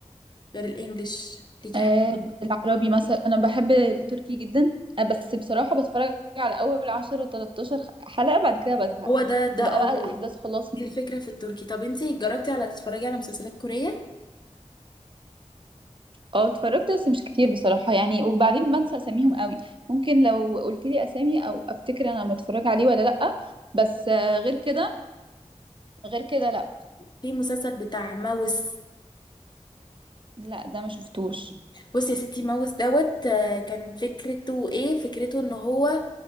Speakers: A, on the left; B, on the right.
A: غير الانجليش ليكي
B: آه
A: حاجة
B: العربي مثلا انا بحب التركي جدا آه بس بصراحة بتفرج على اول 10 13 حلقة بعد كده بزهق
A: هو ده ده
B: تبقى
A: اه
B: بقى الاحداث خلاص
A: دي الفكرة في التركي طب انتي جربتي على تتفرجي على مسلسلات كورية
B: اه اتفرجت بس مش كتير بصراحة يعني وبعدين بنسى اساميهم قوي ممكن لو قلت لي اسامي او افتكر انا متفرج عليه ولا لا بس آه غير كده غير كده لا
A: في مسلسل بتاع ماوس
B: لا ده ما شفتوش
A: بصي يا ستي ماوس دوت آه، كان فكرته ايه فكرته ان هو